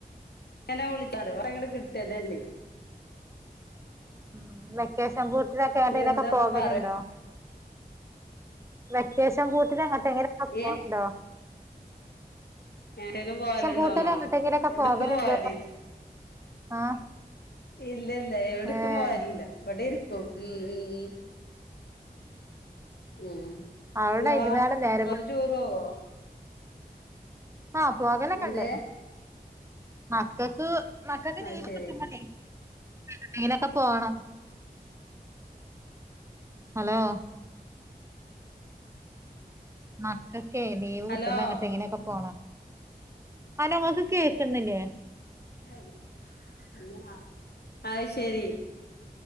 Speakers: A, on the left; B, on the right.
A: ങ്ങനാ വിളിച്ചാറ് <unintelligible> ഭയങ്ക കിട്ടിയതല്ലേ.
B: ഉ വെക്കേഷൻ പൂട്ടിലൊക്കെ എടേലൊക്കെ
A: എന്താപ്പ
B: പോകല്
A: പറ
B: ണ്ടോ? വെക്കേഷൻ പൂട്ടില് എങ്ങട്ടെങ്കിലൊക്കെ പോൺണ്ടോ?
A: ഏ എവടേലും പോവലുണ്ടോന്നോ
B: പൂട്ടില് എങ്ങട്ടെങ്കിലൊക്കെ
A: എവിടേക്കും
B: പോകലുണ്ടോന്ന്
A: പോവലില്ല.
B: ആഹ്
A: ഇല്ല ഇല്ല എവിടക്കും
B: ഏഹ്
A: പോവവില്ല ഇവിടെ ഇരിക്കും ഉം ഉം.. ഉം
B: അവിടെ
A: ങ്ങളാ
B: ഇരുന്നാലും നേരം
A: നിങ്ങള് ടൂർ പോവോ?
B: ആ പോകലക്കെണ്ട്
A: എന്ത്
B: മക്കക്ക് മക്കക്ക്
A: അത്
B: ലീവ്
A: ശരി
B: കിട്ടുമ്പലേ. എവിടെങ്കിലുക്കെ പോണം ഹലോ? മക്കക്കെ ലീവ്
A: ഹലോ
B: കിട്ടുമ്പോ എങ്ങട്ടെങ്കിലുഒക്കെ പോണം. ആന് ഇങ്ങക്ക് കേക്കുന്നില്ലേ?
A: ഹയ് ഇല്ലാ അയ്ശരി.